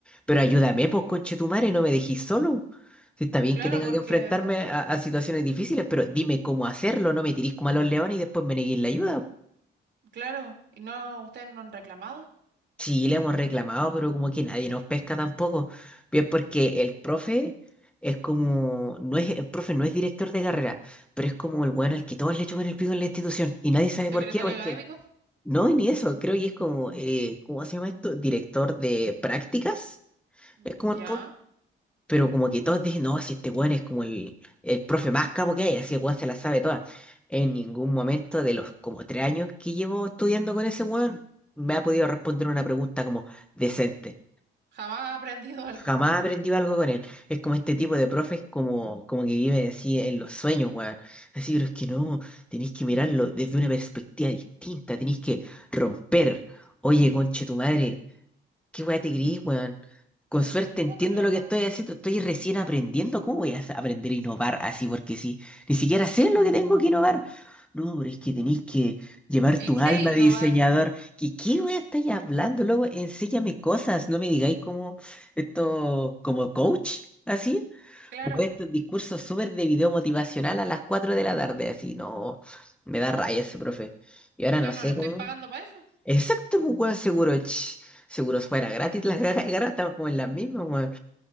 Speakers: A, in the centre; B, on the right.
A: pero ayúdame, pues, conchetumare, no me dejís solo. Si está bien
B: Claro,
A: que tenga
B: porque
A: que enfrentarme a, a situaciones difíciles, pero dime cómo hacerlo, no me tirís como a los leones y después me neguéis la ayuda.
B: Claro, ¿y no ustedes no han reclamado?
A: Sí, le hemos reclamado, pero como que nadie nos pesca tampoco. Bien, porque el profe es como, no es, el profe no es director de carrera, pero es como el weón al que todos le chupan el pico en la institución y nadie sabe
B: Secretario
A: por qué, porque
B: académico,
A: No, ni eso, creo que es como, eh, ¿cómo se llama esto? Director de prácticas,
B: Mm,
A: es como
B: ya,
A: el punto, pero como que todos dicen, no, si este weón es como el, el profe más capo que hay, así el weón se la sabe toda. En ningún momento de los como tres años que llevo estudiando con ese weón, me ha podido responder una pregunta como decente.
B: jamás ha aprendido <laughs> algo.
A: Jamás aprendí algo con él. Es como este tipo de profes como, como que vive así en los sueños, weón. Así, pero es que no, tenéis que mirarlo desde una perspectiva distinta, tenéis que romper. Oye, conche tu madre, Qué weá te gris, weón. Con
B: El
A: suerte
B: poto
A: entiendo
B: le vamos
A: lo que
B: a
A: estoy
B: romper.
A: haciendo. Estoy recién aprendiendo. ¿Cómo voy a sa- aprender a innovar así? Porque sí, ni siquiera sé lo que tengo que innovar. No, pero es que tenéis que llevar
B: ¿Y
A: tu
B: qué
A: alma
B: innovar?
A: de diseñador. ¿Qué, qué weá estáis hablando? Luego enséñame cosas. No me digáis como esto, como coach, así.
B: Claro,
A: Como estos discursos súper de video motivacional a las 4 de la tarde, así. No, me da raya ese profe. Y ahora
B: yo
A: no
B: no
A: sé
B: le estoy
A: cómo.
B: pagando para eso.
A: Exacto, pues, weón, seguro, ch, seguro fuera gratis las ganas de <laughs> estamos como en las mismas, weón.